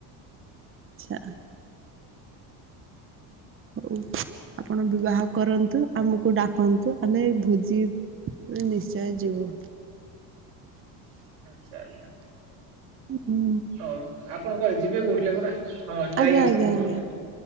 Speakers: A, on the right; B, on the right.
A: ଆଚ୍ଛା। ହଉ ଆପଣ ବିବାହ କରନ୍ତୁ ଆମକୁ ଡାକନ୍ତୁ ଆମେ ଭୋଜି ନିଶ୍ଚୟ ଯିବୁ।
B: Sir sir.
A: ହୁଁ।
B: ହଁ ଆପଣ କୁଆଡେ ଯିବେ କୋଉଥିଲେ ପରା ହଁ ଯାଇକି
A: ଆଜ୍ଞା ଆଜ୍ଞା
B: ଆସନ୍ତୁ
A: ଆଜ୍ଞା
B: ନହେଲେ,